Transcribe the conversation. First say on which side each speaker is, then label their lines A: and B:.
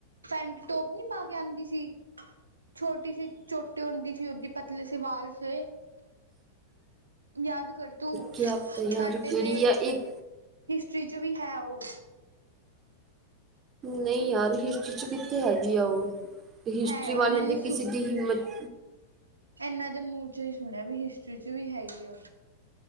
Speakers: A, on the right (about 85°); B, on the right (about 30°).
A: ਪੈਂਟ ਟੋਪ ਨੀ ਪਾ ਕੇ ਆਂਦੀ ਸੀ। ਛੋਟੀ ਸੀ ਚੋਟੀ ਹੁੰਦੀ ਸੀ ਓਹਦੀ ਪਤਲੇ ਸੇ ਵਾਲ ਸੇ। ਯਾਦ ਕਰ ਤੂੰ,
B: ਕਿਆ ਪਤਾ ਯਾਰ
A: ਸਾਡੇ
B: ਕਿਹੜੀ
A: ਤੇ
B: ਆ ਇੱਕ
A: ਹਿਸਟਰੀ ਚ ਵੀ ਹੈ ਓ।
B: ਨਈ ਯਾਰ ਹਿਸਟਰੀ ਚ ਕਿੱਥੇ ਹੈਗੀ ਆ ਓ। ਹਿਸਟਰੀ
A: ਹੈ ਯਾਰ
B: ਵਾਲੇਆਂ
A: ਮੈਨੇ
B: ਦੀ ਕਿਸੀ ਦੀ ਹਿੰਮਤ
A: ਐਨਾਂ ਦੇ ਮੂ ਚੋ ਈ ਸੁਣਿਆ ਵੀ ਹਿਸਟਰੀ ਚ ਵੀ ਹੈਗੀ ਓ।